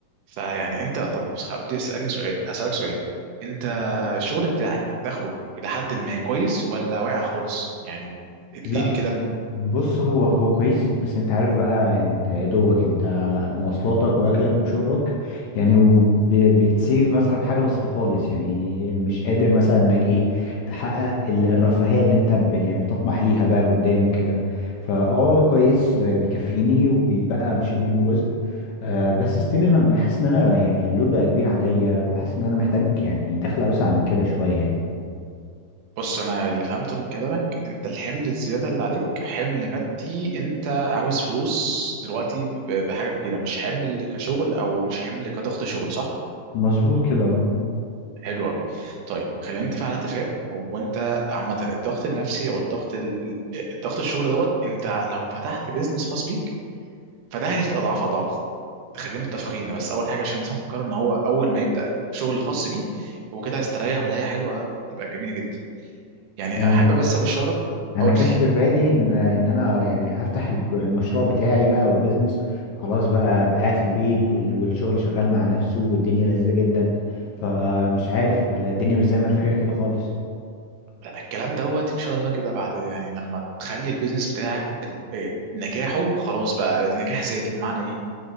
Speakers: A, on the right (about 85°); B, on the left (about 65°).
A: فيعني انت طب ابدا اسالني سؤال اسالك سؤال انت الشغل بتاعك دخله الى حد ما كويس ولا واقع خالص يعني اديني
B: لا
A: كده الم-
B: بص هو هو كويس بس انت عارف بقى انت يا دوبك انت مواصلاتك واكلك وشربك يعني وبتسيف مثلا حاجه بسيطه خالص يعني مش قادر مثلا انك ايه تحقق ال- الرفاهيه اللي انت ب- يعني بتطمح ليها بقى قدام وكده فاه كويس آه، بيكفيني وبيبقى بشيل منه جزء آه بس ستيل انا بحس ان انا يعني اللود بقى كبير عليا وحاسس ان انا محتاج يعني دخل اوسع من كده شويه يعني
A: بص انا اللي فهمته من كلامك انت الحمل الزياده اللي عليك حمل مادي انت عاوز فلوس دلوقتي ب- بحاجه كبيره مش حمل كشغل او مش حمل كضغط شغل صح
B: مظبوط كده اه
A: حلو قوي طيب خلينا نتفق على اتفاق هو انت عامه الضغط النفسي او الضغط ال... ال- الضغط الشغل دوت انت لو فتحت بيزنس خاص بيك فده هيزيد اضعاف اضعاف خلينا متفقين ده بس اول حاجه عشان الناس مفكره ان هو اول ما يبدا شغل خاص بيه هو كده هيستريح ولا هي حلوه تبقى جميله جدا يعني
B: يعني
A: احب بس ابشرك
B: انا
A: قول
B: كان
A: لي
B: في بالي ان ان انا يعني هفتح الب- المشروع بتاعي بقى والبيزنس خلاص بقى بقى قاعد في البيت وال- والشغل شغال مع نفسه والدنيا لذيذة جدا فمش عارف ولا الدنيا مش زي ما انا فاكر كده خالص
A: لا الكلام دوت ان شاء الله كده بعد يعني لما تخلي البيزنس بتاعك ال- إيه، نجاحه خلاص بقى نجاح ذاتي بمعنى ايه